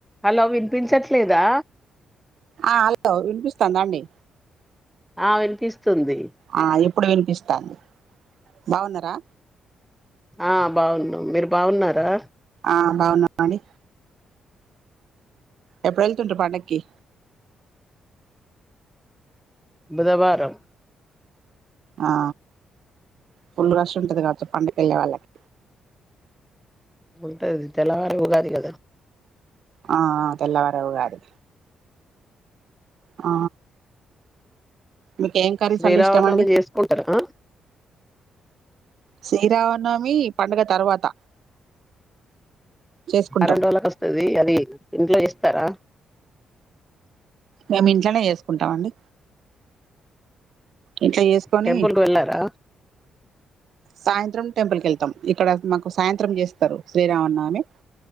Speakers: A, in the centre; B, on the right.
A: Hello వినిపించట్లేదా
B: ఆ hello వినిపిస్తాందండి
A: ఆ వె తీసుకు స్తుంది
B: ఆ ఇప్పుడు వినిపిస్తాంది బాగున్నారా
A: ఆ బాగున్నా మీరు బాగున్నారా
B: ఆ బాన మడి ఎప్పుడు వెళ్తుంట్రారు పండక్కి
A: బుధవారం
B: ఆ ఫుల్ రష్ ఉంటది కాబచ్చటి పండగ వెళ్ళే వాళ్ళకి
A: ఉంటది తెలవాల ఉగాది కదా
B: ఆ అ తెల్లవరవుగాది ఆ మీకు ఏం కర్రీస్
A: శ్రీరామనవమి
B: అంటె ఇష్టమ అండి
A: చేసుకుంటారా
B: శీరావన్నా మీ పండుగ తర్వాత చేసుకుంటాం
A: వారం రోజులకు వస్తది అది ఇంట్లో ఇస్తారా
B: మేము ఇంట్లోనే చేసుకుంటామండి ఇంట్లో చేసుకోని
A: టెంపుల్ కు వెళ్ళారా
B: సాయంత్రం టెంపుల్ కి వెళ్తాం ఇక్కడ మాకు సాయంత్రం చేస్తారు శ్రీరామనవమి